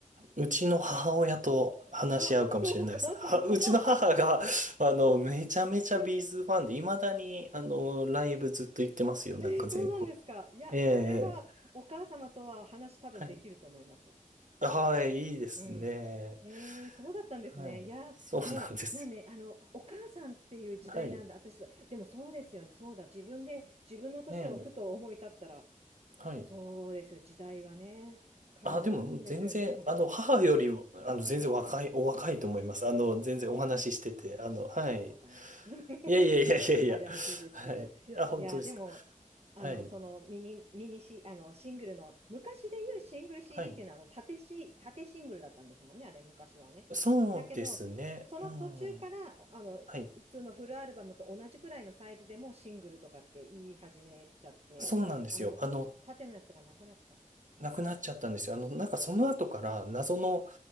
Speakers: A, on the right (about 65°); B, on the right (about 50°).
A: うちの母親と話し合うかもしれないです。
B: あ、お母様と。
A: はうちの母が、
B: <laughs>
A: あの、めちゃめちゃビーズファンで、
B: うん。
A: 未だに、あの、ライブずっと行ってますよ。なんか全国。
B: えーそうなんですか。いや、
A: ええええ
B: それは、お母様とは話多分できると思います。
A: はい。はい、いいですね。
B: うん。えー、そうだったんですね。
A: はい。
B: いやー、
A: そうなんです
B: もう、なんで、あの、お母さんっていう時代なんだ。
A: よ。はい。
B: 私、でもそうですよね。そうだ。自分で、自分の年をふと思い立ったら、
A: ええはい。
B: そうですよ。時代はね、変わるんですよね、
A: あ、でも、もう全然、
B: 本当。
A: あの、母より、あの、全然若い、お若いと思います。あの、全然お話ししてて、
B: どうかな。
A: あの、はい。
B: いや、どうかな。<laughs>
A: いやいやいやいやいや。
B: 怪しいですけど。
A: はい。あ、本当ですか。
B: いや、でも、あの、
A: はい。
B: そのミニ、ミニシ、あの、シングルの、昔で言うシングル CD
A: はい。
B: っていうのは、あの、縦シ、縦シングルだったんですもんね、あれ、昔はね。
A: そうですね。
B: だけど、その途中から、
A: うん。
B: あの、
A: はい。
B: 普通のフルアルバムと同じくらいのサイズでもシングルとかって言い始めちゃって、
A: そうなんですよ。
B: あの、
A: あの、
B: 縦のやつがなくなった。
A: 亡くなっちゃったんですよ。あの、なんかその後から謎の